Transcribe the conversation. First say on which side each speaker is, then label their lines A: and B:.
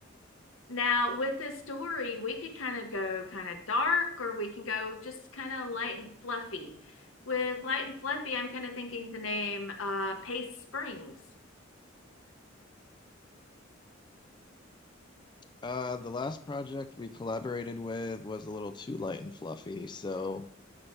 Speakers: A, on the left (about 85°); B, on the left (about 25°).
A: Now, with this story, we could kind of go kind of dark or we can go just kind of light and fluffy. With light and fluffy, I'm kind of thinking the name uh Pace Springs.
B: Uh, the last project we collaborated with was a little too light and fluffy, so